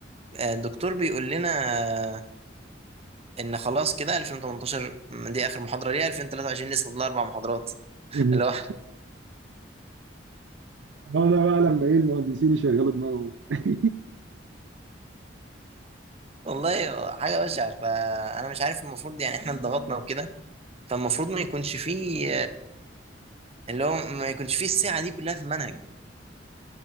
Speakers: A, on the right; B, on the right.
A: آه، الدكتور بيقول لنا آه، إن خلاص كده 2018 دي آخر محاضرة ليها 2023 لسه فاضل أربع محاضرات
B: <laughs>
A: <laughs> اللي هو
B: أنا بقى لما إيه المهندسين يشغلوا دماغهم <laughs>
A: والله حاجة بشعة فأنا مش عارف المفروض يعني إحنا اتضغطنا وكده فالمفروض ما يكونش فيه اللي هو ما يكونش فيه الساعة دي كلها في المنهج